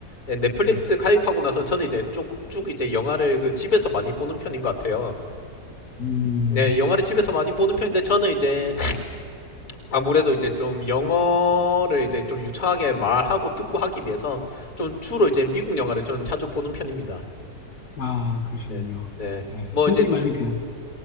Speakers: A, on the left (about 55°); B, on the left (about 75°).
A: 예, 넷플릭스
B: 네.
A: 가입하고 나서 저는 이제 쭉쭉 이제 영화를 그 집에서 많이 보는 편인 것 같아요.
B: 음,
A: 네, 영화를 집에서 많이 보는 편인데, 저는 이제 아무래도 이제 좀 영어를 이제 좀 유창하게 말하고 듣고 하기 위해서 좀 주로 이제 미국 영화를 저는 자주 보는 편입니다.
B: 아, 그러시군요.
A: 네, 네.
B: 네
A: 뭐
B: 도움이
A: 이제
B: 많이 되네.